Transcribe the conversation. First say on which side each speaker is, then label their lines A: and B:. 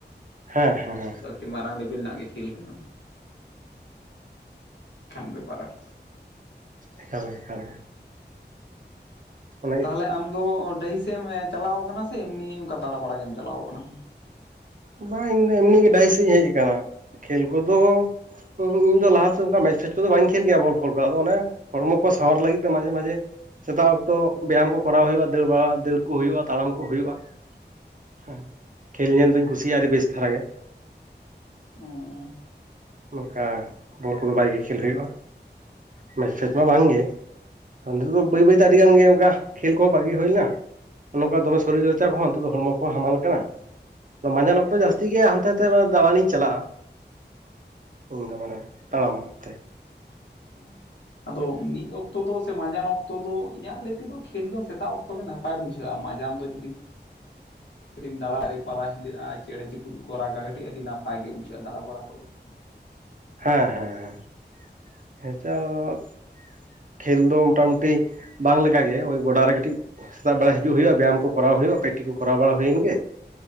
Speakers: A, on the right; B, on the left.
A: ᱦᱮᱸ ᱦᱮᱸ
B: ᱟᱫᱚ ᱠᱟᱴᱤᱡ ᱢᱟᱨᱟᱝ ᱞᱮᱵᱮᱞ ᱨᱮᱱᱟᱜ ᱜᱮ ᱠᱷᱮᱞ ᱠᱟᱱᱟ ᱠᱷᱟᱱ ᱵᱮᱯᱟᱨ ᱟᱨ
A: ᱮᱠᱟᱞ ᱜᱮ ᱮᱠᱟᱞ ᱚᱱᱮ
B: ᱛᱟᱦᱚᱞᱮ ᱟᱢ ᱫᱚ ᱰᱟᱹᱦᱤ ᱥᱮ ᱮᱢ ᱪᱟᱞᱟᱣ ᱠᱟᱱᱟ ᱥᱮ ᱮᱢᱱᱤ ᱚᱱᱠᱟ ᱫᱟᱬᱟ ᱵᱟᱲᱟᱜ ᱜᱮᱢ ᱪᱟᱞᱟᱣ ᱠᱟᱱᱟ
A: ᱵᱟᱝ ᱤᱧ ᱫᱚ ᱮᱢᱱᱤ ᱜᱮ ᱰᱟᱹᱦᱤ ᱥᱮᱫ ᱤᱧ ᱦᱮᱡ ᱠᱟᱱᱟ ᱠᱷᱮᱞ ᱠᱚᱫᱚ ᱤᱧ ᱫᱚ ᱞᱟᱦᱟ ᱥᱮ ᱚᱱᱠᱟ ᱢᱮᱪ ᱯᱷᱮᱪ ᱠᱚᱫᱚ ᱵᱟᱹᱧ ᱠᱷᱮᱞ ᱜᱮᱭᱟ ᱵᱚᱞ ᱯᱷᱚᱞ ᱠᱚ ᱟᱫᱚ ᱚᱱᱮ ᱦᱚᱲᱢᱚ ᱠᱚ ᱥᱟᱣᱟᱨ ᱞᱟᱹᱜᱤᱫ ᱛᱮ ᱢᱟᱡᱷᱮ ᱢᱟᱡᱷᱮ ᱥᱮᱛᱟᱜ ᱚᱠᱛᱚ ᱵᱮᱭᱟᱢ ᱠᱚ ᱠᱚᱨᱟᱣ ᱦᱩᱭᱩᱜᱼᱟ ᱫᱟᱹᱲ ᱵᱟᱲᱟ ᱫᱟᱹᱲ ᱠᱚ ᱦᱩᱭᱩᱜᱼᱟ ᱛᱟᱲᱟᱢ ᱠᱚ ᱦᱩᱭᱩᱜᱼᱟ ᱦᱮᱸ ᱠᱷᱮᱞ ᱧᱮᱞ ᱫᱩᱧ ᱠᱩᱥᱤᱭᱟᱜᱼᱟ ᱟᱹᱰᱤ ᱵᱮᱥ ᱫᱷᱟᱨᱟ ᱜᱮ
B: ᱚᱸ
A: ᱱᱚᱝᱠᱟ ᱵᱚᱞ ᱠᱚᱫᱚ ᱵᱷᱟᱜᱮ ᱜᱮ ᱠᱷᱮᱞ ᱦᱩᱭᱩᱜᱼᱟ ᱢᱮᱪ ᱯᱷᱮᱪ ᱢᱟ ᱵᱟᱝᱜᱮ ᱱᱤᱛ ᱫᱚ
B: ᱚᱸ
A: ᱵᱟᱹᱭ ᱵᱟᱹᱭᱛᱮ ᱟᱹᱰᱤ ᱜᱟᱱ ᱜᱮ ᱚᱱᱠᱟ ᱠᱷᱮᱞ ᱠᱚᱦᱚᱸ ᱵᱟᱹᱜᱤ ᱦᱩᱭᱱᱟ ᱱᱚᱝᱠᱟ ᱫᱚᱢᱮ ᱥᱚᱨᱤᱨ ᱪᱚᱨᱪᱟ ᱠᱚᱦᱚᱸ ᱱᱤᱛᱚ ᱫᱚ ᱦᱚᱲᱢᱚ ᱠᱚᱦᱚᱸ ᱦᱟᱢᱟᱞ ᱠᱟᱱᱟ ᱢᱟᱸᱡᱟᱱ ᱚᱠᱛᱚ ᱡᱟᱹᱥᱛᱤ ᱜᱮ ᱦᱟᱱᱛᱮ ᱱᱟᱛᱮ ᱫᱟᱲᱟᱱ ᱤᱧ ᱪᱟᱞᱟᱜᱼᱟ ᱤᱧ ᱫᱚ ᱢᱟᱱᱮ ᱛᱟᱲᱟᱢ ᱛᱮ
B: ᱦᱮᱸ ᱟᱫᱚ ᱢᱤᱫ ᱚᱠᱛᱚ ᱫᱚ ᱥᱮ ᱢᱟᱡᱟᱱ ᱚᱠᱛᱚ ᱫᱚ ᱤᱧᱟᱹᱜ ᱞᱟᱹᱭ ᱛᱮᱫᱚ ᱠᱷᱮᱞ ᱫᱚ ᱥᱮᱛᱟᱜ ᱚᱠᱛᱚ ᱜᱮ ᱱᱟᱯ ᱱᱟᱯᱟᱭ ᱵᱩᱡᱷᱟᱹᱜᱼᱟ ᱢᱟᱡᱟᱢ ᱫᱚ ᱡᱩᱫᱤᱢ ᱠᱟᱹᱴᱤᱡ ᱫᱟᱲᱟ ᱫᱟᱨᱮ ᱯᱟᱞᱟ ᱦᱤᱞᱟᱹᱜᱼᱟ ᱪᱮᱸᱬᱮ ᱪᱩᱯᱨᱩᱫ ᱠᱚ ᱨᱟᱜᱟ ᱠᱟᱹᱴᱤᱡ ᱟᱹᱰᱤ ᱱᱟᱯᱟᱭ ᱜᱮ ᱵᱩᱡᱷᱟᱹᱜᱼᱟ ᱫᱟᱲᱟ ᱵᱟᱲᱟ ᱠᱚ
A: ᱦᱮᱸ ᱦᱮᱸ ᱦᱮᱸᱪᱚ ᱠᱷᱮᱞ ᱫᱚ ᱢᱚᱴᱟᱢᱩᱴᱤ ᱵᱟᱝ ᱞᱮᱠᱟ ᱜᱮ ᱳᱭ ᱜᱚᱰᱟ ᱨᱮ ᱠᱟᱹᱴᱤᱡ ᱥᱮᱛᱟᱜ ᱵᱮᱲᱟ ᱦᱤᱡᱩᱜ ᱦᱩᱭᱩᱜᱼᱟ ᱵᱮᱭᱟᱢ ᱠᱚ ᱠᱚᱨᱟᱣ ᱦᱩᱭᱩᱜᱼᱟ ᱯᱮᱴᱤ ᱠᱚ ᱠᱚᱨᱟᱣ ᱵᱟᱲᱟ ᱦᱩᱭᱮᱱ ᱜᱮ